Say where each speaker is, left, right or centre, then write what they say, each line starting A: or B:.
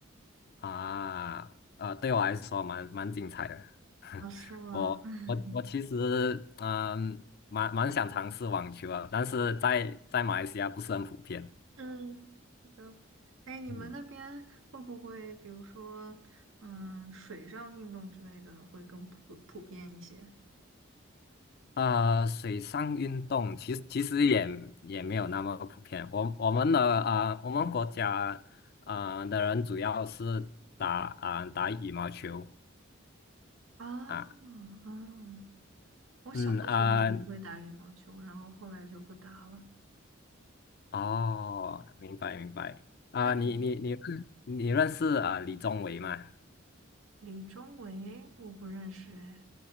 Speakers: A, on the left (about 50°); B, on the right (about 85°).
A: 啊，呃，对我来说蛮蛮精彩的。<laughs>
B: 哦，是吗？
A: 我我我其实嗯，
B: <laughs>
A: 蛮蛮想尝试网球啊，但是在在马来西亚不是很普遍。
B: 嗯，是的。哎，你们那边会不会，
A: 嗯，
B: 比如说，嗯，水上运动之类的会更普普遍一些？
A: 啊，呃水上运动其实其实也也没有那么普遍。我我们的啊、呃我们国家啊、呃的人主要是打啊、呃打羽毛球
B: 啊啊！
A: 啊，
B: 我小的时候也会打羽毛球，
A: 嗯啊、呃
B: 然后后来就不打了。
A: 哦，明白明白啊、
B: 那你
A: 你你你你认识啊、呃李宗伟吗？
B: 李宗伟我不认识哎。